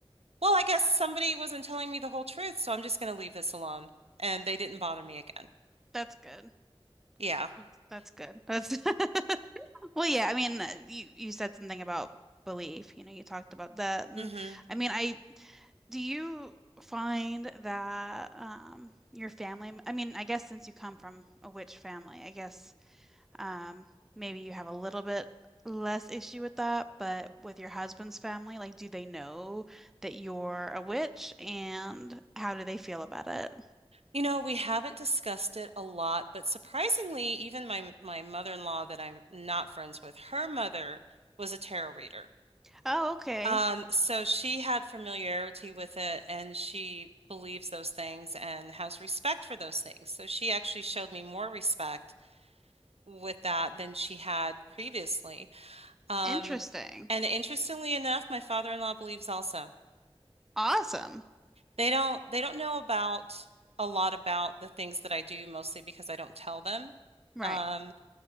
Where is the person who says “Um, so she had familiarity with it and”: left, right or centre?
Right